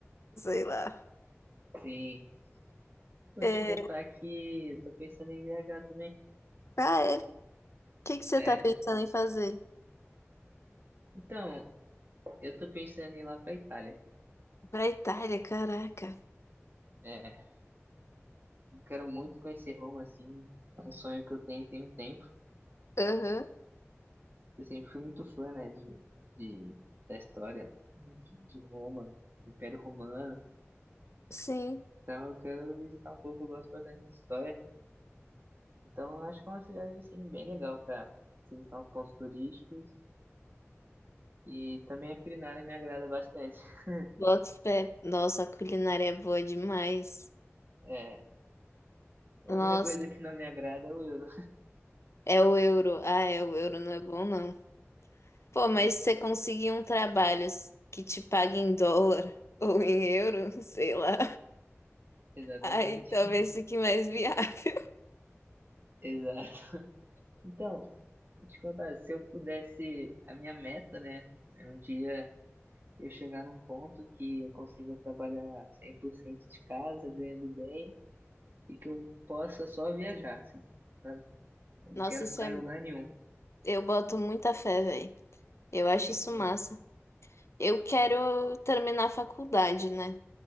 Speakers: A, on the left (about 65°); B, on the right (about 45°).
A: Sei lá.
B: Sim. Vou
A: É...
B: te contar que eu tô pensando em viajar também.
A: Ah, é? O que que você
B: É.
A: tá pensando em fazer?
B: Então, eu tô pensando em ir lá pra Itália.
A: Pra Itália, caraca.
B: É. Quero muito conhecer Roma, assim. É um sonho que eu tenho tem um tempo.
A: Aham,
B: Eu sempre fui muito fã, né, de, de, da história de, de Roma, do Império Romano.
A: sim.
B: Então eu quero visitar um pouco, eu gosto bastante de história. Então eu acho que é uma cidade, assim, bem legal para visitar os pontos turísticos. E também a culinária me agrada bastante. <laughs>
A: Boto fé. Nossa, a culinária é boa demais.
B: É, a
A: Nossa,
B: única coisa que não me agrada é o euro.
A: é o euro. Ah, é, o euro não é bom, não. Pô, mas
B: <laughs>
A: se você conseguir um trabalho que te pague em dólar <laughs> ou em euro, <laughs> sei lá.
B: Exatamente.
A: Aí talvez fique mais viável.
B: <laughs> Exato. Então, vou te contar, se eu pudesse, a minha meta, né, é um dia eu chegar num ponto que eu consiga trabalhar 100% de casa, ganhando bem, e que eu possa só viajar, assim, sabe? Eu não
A: Nossa,
B: quero
A: isso
B: ficar
A: é
B: em lugar nenhum.
A: Eu boto muita fé, velho. Eu acho
B: Eu-
A: isso massa. Eu quero terminar a faculdade, né?